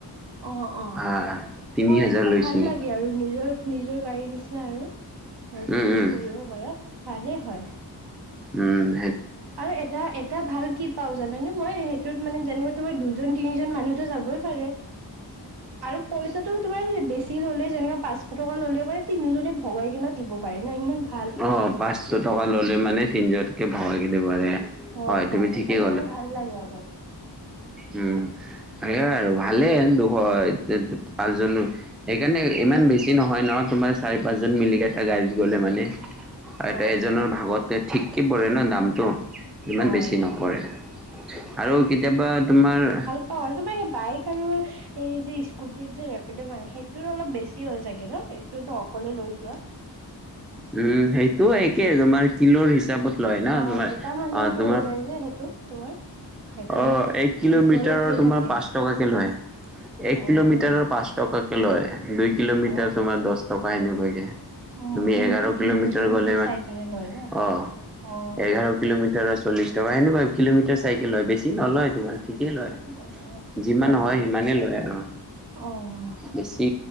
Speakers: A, on the right; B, in the centre.
A: অ', অ',
B: হা তিনি
A: হয়
B: হাজাৰ
A: এনেকুৱা
B: লৈছিলে।
A: ভাল লাগে আৰু নিজৰ, নিজৰ গাড়ীৰ নিচিনা আৰু। সেইটো তুমি
B: উম
A: কৰিব পাৰা, ভালেই হয়।
B: উম্।
A: আৰু এটা এটা ভাল কি পাওঁ জানানে মই, সেইটোত মানে জানিব তোমাৰ দুজন তিনিজন মানুহ টো যাবই পাৰে আৰু পইচাটো তোমাৰ বেছি ল'লে, যেনেকৈ পাঁচশ টকা ল'লেও মানে তিনিজনে ভগাই কিনে দিব পাৰে ন। সিমান
B: অ', পাঁচশ টকা ল'লে মানে তিনিজনকে ভগাই কিনে দিব পাৰে।
A: হয়
B: তুমি
A: হয়,
B: ঠিকেই
A: সেইকাৰণে আৰু ভাল লাগে অলপ।
B: উম্, সেইয়াই আৰু ভালেই দুশ পাঁচজন সেইকাৰণে
A: উম
B: ইমান বেছি
A: উম
B: নহয় নহয়, তোমাৰ চাৰি পাঁচজন মিলি কিনে এটা গাড়ীত গ'লে মানে। আৰু
A: হয়
B: এটাইকেইজনৰ
A: হয়
B: ভাগত ঠিককে পৰে ন দামটো। ইমান
A: হয়
B: বেছি নপৰে আৰু কেতিয়াবা তোমাৰ
A: অ', তোমাৰ এই বাইক আৰু এই যে স্কুটিৰ যে ৰেপিডো মাৰে, সেইটোৰ অলপ বেছি হয় চাগে ন, এইটোতো অকলে লৈ যোৱা।
B: উম্, সেইটো একে তোমাৰ কিলোৰ হিচাপত লয় ন
A: অ
B: তোমাৰ।
A: এটা
B: অ',
A: মানুহক
B: তোমাৰ
A: লৈ যায় যে সেইটো তোমাৰ
B: অ',
A: সেইকাৰণে
B: এক কিলোমিটাৰৰ
A: সেইটো অলপ সেই
B: তোমাৰ
A: থাকে
B: পাঁচ টকাকে লয়। এক
A: অ
B: কিলোমিটাৰৰ
A: হয় নেকি
B: পাঁচ টকাকে লয়, দুই কিলোমিটাৰ
A: অ
B: তোমাৰ
A: অ
B: দহ টকা এনেকুৱাকে।
A: অ
B: তুমি
A: সেনেকুৱা
B: এঘাৰ কিলোমিটাৰ গ'লে
A: সেই
B: মানে
A: চাই কিনে লয় ন
B: অ'।
A: অ
B: এঘাৰ কিলোমিটাৰৰ চল্লিশ টকা, সেনেকুৱা কিলোমিটাৰ চাইকেল হয়, বেছি নলয় তোমাৰ। ঠিকেই লয়,
A: অ অ
B: যিমান হয়
A: নেকি
B: সিমানেই লয় আৰু।
A: অ',
B: বেছি